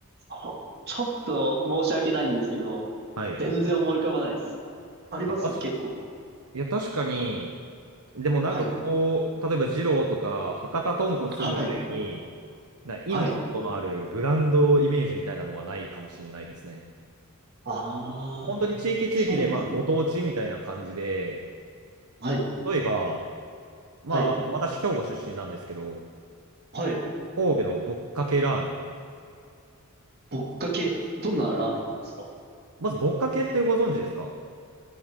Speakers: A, on the right; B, on the right.
A: こちょっと申し訳ないんですけど、
B: はい。
A: 全然思い浮かばないです。
B: い
A: あります結構。
B: や、たしいや確かに、でもなんかこう、
A: はい。
B: 例えば二郎とか博多豚骨みたいに、
A: はい。
B: なインパクトのあるブランドイメージみたいなのはないかもしんないですね。
A: はい。ああ、
B: 本当に地域地域で、
A: そうなんです。
B: まあ、ご当地みたいな感じで、
A: はい。
B: 例えば、まあ、
A: はい。
B: あの私、兵庫出身なんですけど、
A: はい。
B: 神戸のぼっかけラーメン。
A: ぶっかけ、どんなラーメンなんですか
B: まず、ぼっかけってご存知ですか